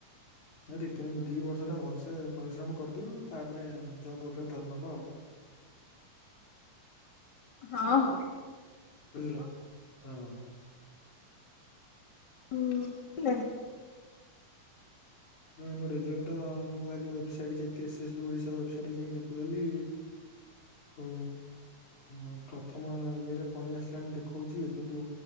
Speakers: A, on the left (about 60°); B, on the left (about 35°).
A: ଏ ଦି ତିନ ଦି ବର୍ଷ ଟା ଭଲସେ ପରିଶ୍ରମ କରିଦିିଅ ତାପରେ ଜବ ଉପରେ ଧରି ନବ ଆଉ।
B: ହଁ ହଁ।
A: ବୁଝିଲ ହଁ।
B: ହୁଁ ନାଁ
A: ଆମ ରେଜଲ୍ଟ ମୁଁ ଆଜି ୱବସାଇଟ ଯାଇଥିଲି S S B Odisha website ଯାଇ ଦେଖୁଥିଲି ଉଁ ଉ ପ୍ରଥମ ଇଏରେ ପଳେଇ ଆସିଲାଣି ଦେଖଉଛି କିନ୍ତୁ